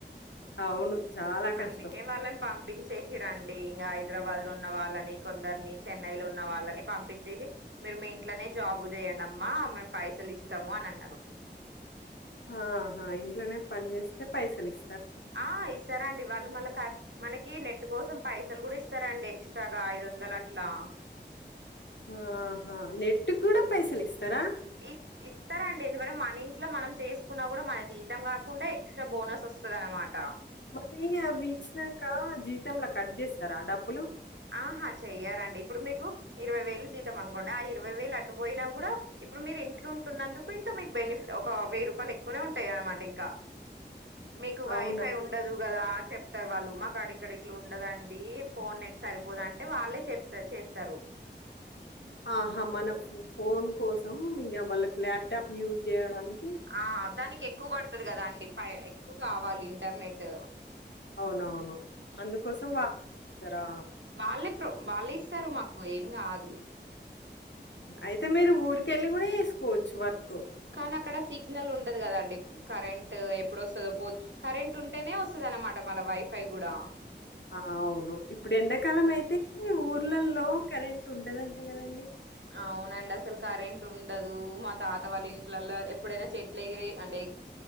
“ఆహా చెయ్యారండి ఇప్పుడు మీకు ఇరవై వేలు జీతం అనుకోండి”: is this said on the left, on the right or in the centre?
Right